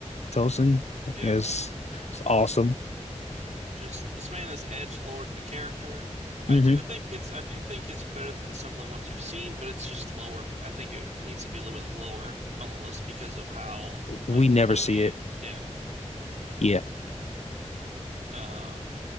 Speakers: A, on the left (about 65°); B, on the right (about 75°).
A: Tosin.
B: Yeah.
A: It's it's awesome.
B: Just this man is Edge Lord the character. I
A: hmm
B: do think it's I do think it's better than some of the ones you've seen, but it's just lower. I think it needs to be a little bit lower on the list because of how like
A: We never
B: little
A: see
B: we
A: it.
B: yeah.
A: Yeah. <laughs>
B: Um